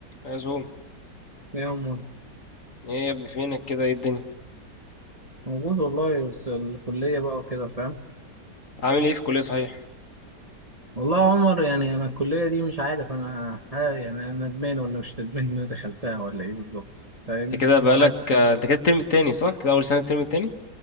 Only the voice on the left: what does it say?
يا زوم
ايه يا ابني فينك كده ايه الدنيا
عامل ايه في الكلية صحيح
انت كده بقالك
آه، انت كده الترم التاني صح كده اول سنة الترم التاني